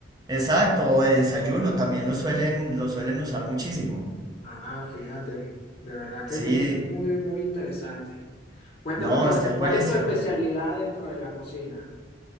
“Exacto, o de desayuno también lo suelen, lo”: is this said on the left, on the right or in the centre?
Right